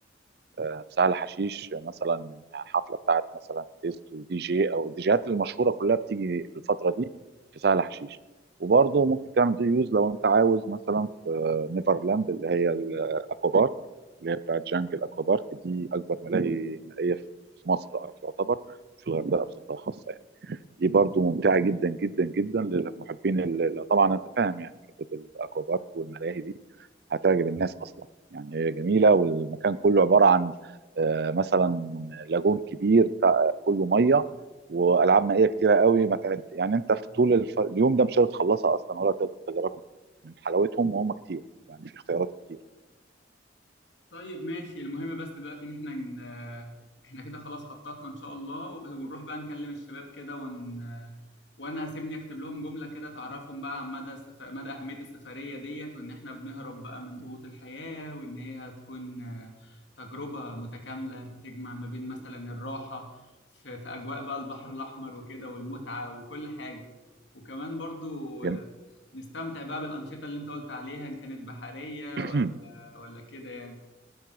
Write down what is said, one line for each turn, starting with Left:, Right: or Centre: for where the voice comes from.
Right: في سهل حشيش مثلا حفله بتاعت مثلا تيست ودي جي او الديجيهات المشهوره كلها بتيجي في الفتره دي في سهل حشيش وبرضه ممكن تعمل دي يوز لو انت عاوز مثلا في نيفرلاند اللي هي الاكوا بارك اللي هي بتاعت جانجل اكوا بارك دي اكبر ملاهي مائيه في مصر تعتبر وفي الغردقه بصفه خاصه يعني. دي برضو ممتعه جدا جدا جدا للمحبين ال- طبعا انت فاهم يعني حته الاكوا بارك والملاهي دي هتعجب الناس اصلا يعني هي جميله والمكان كله عباره عن آه، مثلا لاجون كبير بتاع كله ميه والعاب مائيه كتيره قوي ما تعد يعني انت في طول الف... اليوم ده مش هتخلصها اصلا ولا تقدر تجربهم من حلاوتهم وهم كتير يعني في اختيارات كتير
Left: طيب ماشي المهم بس دلوقتي ان احنا ن... احنا كده خلاص خططنا ان شاء الله وب- ونروح بقى نكلم الشباب كده ون... وانا هسيبني اكتب لهم جملة كده تعرفهم بقى عن مدى استف... مدى اهمية السفرية ديت وان احنا بنهرب بقى من ضغوط الحياة وان هي هتكون آه، تجربة متكاملة بتجمع ما بين مثلا الراحة في, في اجواء بقى البحر الاحمر وكده والمتعة وكل حاجة وكمان برضو
Right: جميل
Left: آه، نستمتع بقى بالأنشطة اللي انت قلت عليها ان كانت بحرية
Right: <clears throat>
Left: ولا ولا كده يعني